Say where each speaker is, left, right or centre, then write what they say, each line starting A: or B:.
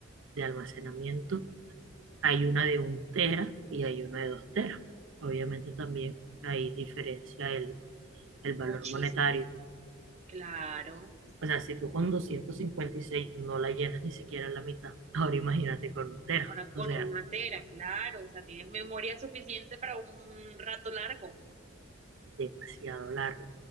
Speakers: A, on the right (about 75°); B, on the right (about 35°).
A: de almacenamiento, hay una de un tera y hay una de dos teras. Obviamente también ahí diferencia el, el
B: Muchísimo.
A: valor monetario.
B: Claro,
A: O sea, si tú con 256 no la llenas ni siquiera la mitad, <laughs> ahora imagínate con un tera.
B: ahora
A: O
B: con
A: sea,
B: una tera, claro, o sea, tienes memoria suficiente para un rato largo,
A: demasiado largo.